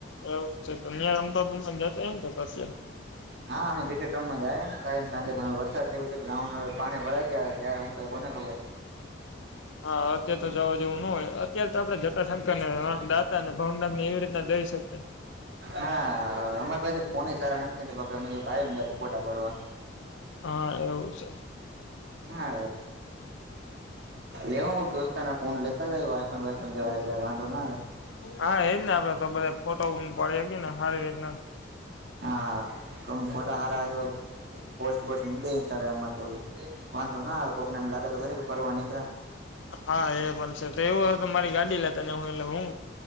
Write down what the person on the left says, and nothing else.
એવ છે તો ં અંબાબમાં જતા એને અત્યારે
હા અત્યારે તો જવા જેવું ન હોય અત્યારે તો આપણે જટાશંક ને દાતા ને ભાવનાથ ને એવી રીતના જઈ શકીએ
હા એવું છે
હા એજ ને, આપડે તો બધા ફોટો ઓમ પાડી હગી ને હારી રીતના.
હા એ પણ છે. તો એવું હોય તો મારી ગાડી લેતા જાવ, એટલે હું